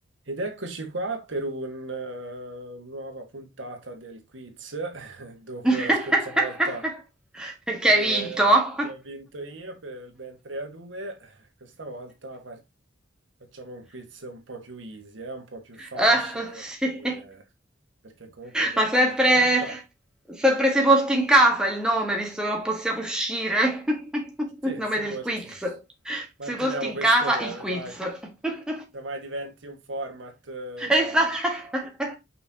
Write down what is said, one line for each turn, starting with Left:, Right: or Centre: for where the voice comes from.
Right: Ed eccoci qua per una nuova puntata del quiz, <laughs> dopo
Centre: <laughs>
Right: la scorsa volta
Centre: Perché
Right: che,
Centre: hai vinto?
Right: eh,
Centre: <laughs>
Right: che ho vinto io per il ben 3 a 2, questa volta par- facciamo un quiz un po' più easy, eh, un po' più facile,
Centre: Ah, sì.
Right: eh, perché comunque le domande
Centre: Ma sempre,
Right: dell'altra volta,
Centre: sempre Sepolti in casa il nome, visto che non possiamo uscire. <laughs>
Right: sì,
Centre: Il nome
Right: sepolti,
Centre: del quiz.
Right: <laughs> manteniamo
Centre: Sepolti in
Right: questo
Centre: casa,
Right: nome,
Centre: il quiz.
Right: dai,
Centre: <laughs>
Right: se mai diventi un format eh, da,
Centre: Esa- <laughs>